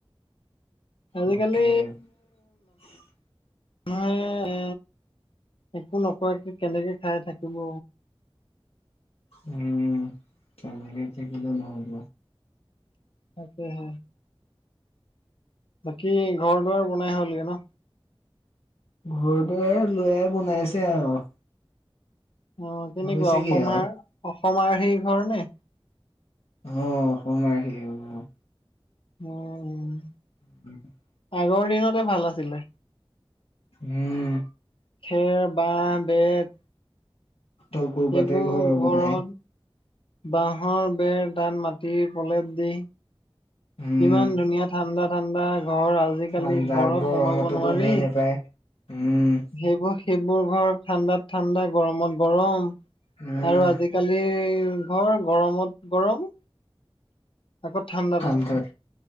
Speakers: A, on the left; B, on the left.
A: আজিকালি,
B: তাকে, <inaudible>
A: হেয়ে এ একো নকৰাকে কেনেকে খাই থাকিব।
B: উম, তেনেকে থাকিলে নহ'ব।
A: তাকে হে, বাকী ঘৰ দুৱাৰ বনাই হ'লগে ন।
B: ঘৰতোহে আৰু ল'ৰাই বনাইছে আৰু।
A: অ' কেনেকুৱা
B: হৈছেগে
A: অসমাৰ
B: আৰু।
A: অসমাৰ সেই ঘৰ নে।
B: অ'অসমাৰ <unintelligible> অ,
A: উম, উম।
B: <unintelligible>
A: আগৰ দিনতে ভাল আছিলে।
B: হ'ম।
A: খেৰ, বাহঁ, বেত
B: তল কৰবাতে
A: সেইবোৰ
B: ঘৰ
A: ঘৰত
B: বনাই
A: বাঁহৰ বেৰ তাত মাটিৰ প্ৰলেপ দি।
B: উম,
A: ইমান ধুনীয়া ঠাণ্ডা ঠাণ্ডা ঘৰ আ আজিকালি
B: ঠাণ্ডা
A: ঘৰত
B: গৰমতো
A: সোমাব নোৱাৰি।
B: গমেই নোপায় উম
A: সেইবোৰ সেইবোৰ ঘৰ ঠাণ্ডাত ঠাণ্ডা গৰমত গৰম
B: উম
A: আৰু আজি কালি ঘৰ গৰমত গৰম। আকৌ ঠাণ্ডা
B: ঠাণ্ডাত